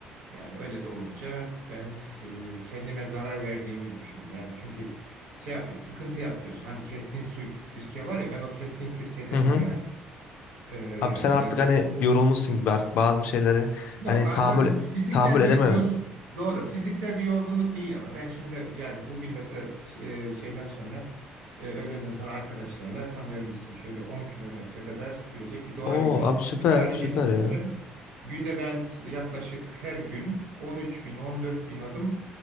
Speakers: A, on the right; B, on the left.
A: Yani öyle de olunca ben e, kendime zarar verdiğimi düşünüyorum. Yani çünkü şey yapıyor, sıkıntı yapıyorsun. Hani keskin sür- sirke var ya ben o keskin sirkedenim
B: Hı hı.
A: yani. Ee, yani
B: Abi sen
A: o
B: artık
A: ya da
B: hani yorulmuşsun gibi artık bazı şeylere
A: Yok
B: hani
A: aslında
B: tahammül
A: fiziksel
B: tahammül edememez.
A: bir yoz doğru fiziksel bir yorgunluk değil ama ben şimdi yani bugün mesela şey- şeyden sonra e, öğlenden sonra arkadaşlarla sanıyorum biz şöyle 10 kilometre kadar sürecek bir doğa
B: Oo
A: yürüyüşüne
B: abi
A: gideceğim.
B: süper
A: Yarın
B: süper
A: gene gideceğim.
B: ya.
A: Günde ben yaklaşık her gün 13 bin 14 bin adım